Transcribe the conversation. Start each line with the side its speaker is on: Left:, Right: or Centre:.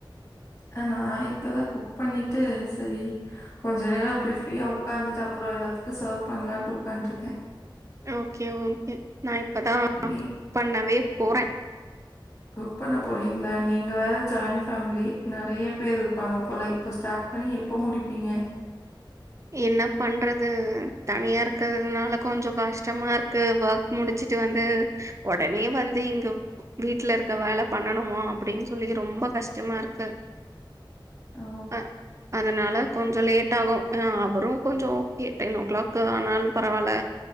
Left: ஆ நா இப்பதா குக் பண்ணிட்டு சரி கொஞ்ச நேரோ அப்டியே ஃப்ரீயா உக்காந்துட்டு அப்றோ எல்லாத்துக்கு சர்வ் பண்ணலாம்ட்டு உட்கான்ட்ருக்கே
Right: ஓக்கே ஓக்கே நா இப்பதா
Left: நீ
Right: பண்ணவே போறே
Left: குக் பண்ண போறீங்களா நீங்க வேற ஜாயிண்ட் ஃபேமிலி நறைய பேர் இருக் இருப்பாங்க போல இப்போ ஸ்டார்ட் பண்ணி எப்போ முடிப்பீங்க
Right: என்ன பண்றது தனியா இருக்கிறதுனால கொஞ்சோ கஷ்டமா இருக்கு ஒர்க் முடிச்சுட்டு வந்து உடனே வந்து இங்க வீட்ல இருக்க வேலை பண்ணணுமா அப்டின்னு சொல்லி ரொம்ப கஷ்டமா இருக்கு
Left: ஓ!
Right: அ அதனால கொஞ்சோ லேட் ஆகு ஆ அவரு கொஞ்சோ ஓகே டென் ஓ கிளாக் ஆனாலு பரவால்ல